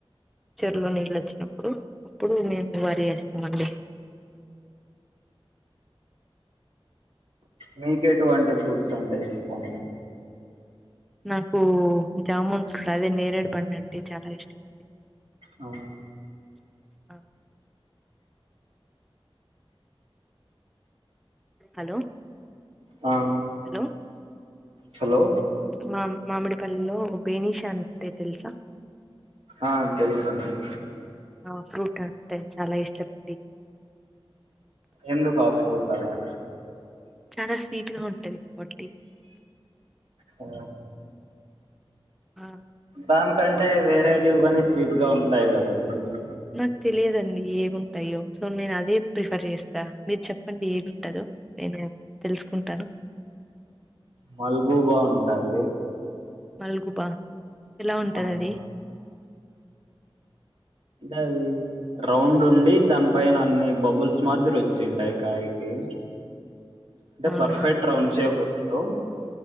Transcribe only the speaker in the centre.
చెర్లో నీళ్ళు వచ్చినప్పుడు అప్పుడు మేము వరి చేస్తామండి
నాకు జాముూన్ ఫ అదే నేరేడు పండు అండి చాలా ఇష్టం
అ హలో
హలో
మా మామిడిపల్లిలో బేనీష అంటే తెలుసా
ఆ ఫ్రూట్ అంటే చాలా ఇష్టమ అండి
చాలా స్వీట్గా ఉంటంది కబడ్టి
ఆ
నాకు తెలియదండి ఏగుంటాయో సో నేను అదే ప్రిఫర్ చేస్తా మీరు చెప్ప అప్పడి ఏదింటదు నేను తెలుసుకుంటాను
మల్గుబా ఎలా ఉంటుంది
అది
అవునా